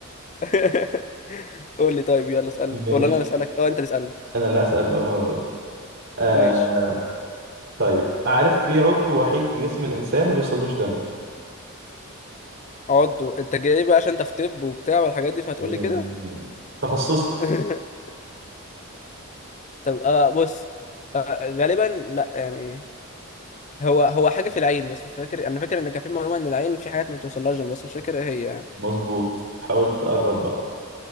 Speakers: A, on the left; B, on the right.
A: <laughs> قول لي طيب يلا اسألني
B: <laughs> ماشي
A: ولا انا اللي اسألك اه انت اللي اسألني
B: انا اللي هسال بقى المره دي آه
A: ماشي
B: طيب عارف في عضو وحيد في جسم الانسان ما بيوصلوش دم
A: عضو انت جاي بقى عشان انت في طب وبتاع والحاجات دي فهتقول
B: آه،
A: لي كده
B: تخصصي
A: <laughs> طب آه بص آه غالبا لا يعني هو هو حاجة في العين بس مش فاكر انا فاكر ان كان في معلومة ان العين في حاجات ما بتوصلهاش جنب، بس مش فاكر ايه هي يعني
B: مظبوط حاولت اقرب بقى